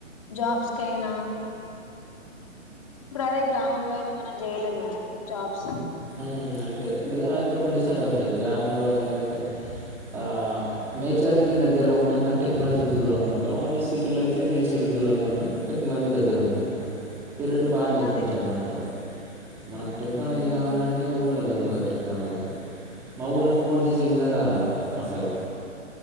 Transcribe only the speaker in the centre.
హ్మ్ అంటే అది ఒకటి డిస్సడ్వాంటేజ్ గ్రామంలో ఎందంటే ఆ నేచర్ కి దగ్గర ఉంటాం కానీ టెక్నాలజీకి దూరంగా ఉంటాం అది సిటీలో అయితే నేచర్ కి దూరంగా ఉంటాం టెక్నాలజీ దగ్గర ఉంటాం ఈ రెండు బాగా డిఫరెంట్స్
అన్నట్టు మనకు టెక్నాలజీ
కావాల ఊర్లలో దొరకదు టెక్నాలజీ మా ఊళ్లో ఫోర్ జీ సిగ్నల్ రాదు అసలు